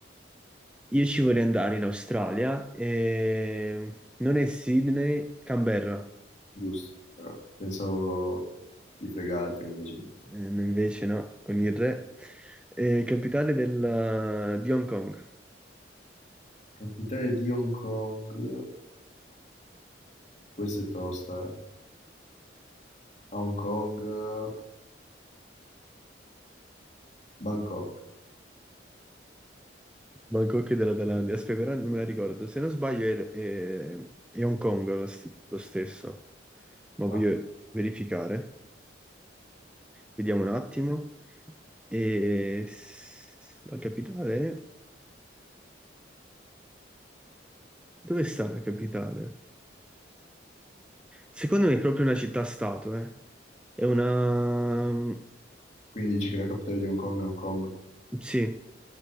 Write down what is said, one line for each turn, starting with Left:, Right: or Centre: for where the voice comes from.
Centre: Io ci vorrei andare in Australia e non è Sydney, Canberra.
Left: giusto, però pensavo di fregarti, ma invece niente.
Centre: Eh, invece no, con il re. Eh, capitale del, di Hong Kong.
Left: Capitale di Hong Kong, eh, questa è tosta, eh. A Hong Kong, eh, Bangkok.
Centre: Bangkok e della Thailandia, aspetta, però non me la ricordo. Se non sbaglio è, è- è Hong Kong la st- lo stesso, ma voglio
Left: Ah,
Centre: verificare. Vediamo un attimo. E s- la capitale? Dove sta la capitale? Secondo me è proprio una città-stato, eh. È una...
Left: quindi dici che la capitale di Hong Kong è Hong Kong?
Centre: Sì,